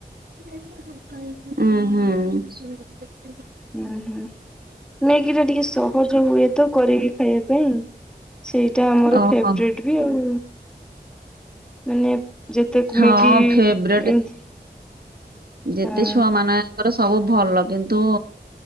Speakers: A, on the right; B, in the centre.
A: ଉଁହୁଁ।
B: ଉଁହୁଁ ମ୍ୟାଗି ଟା ଟିକେ ସହଜ ହୁଏ। ତ କରିକି ଖାଇବା ପାଇଁ ସେଇଟା ଆମର
A: ଓହୋ
B: ଫେବ୍ରେଟ୍ ବି ଆଉ। ମାନେ ଯେତେ
A: ହଁ
B: ମ୍ୟାଗି
A: ଫେବ୍ରେଟ୍
B: ଏମତି
A: ଯେତେ
B: ହଁ
A: ଛୁଆ ମାନେ ଙ୍କର ସବୁ ଭଲ କିନ୍ତୁ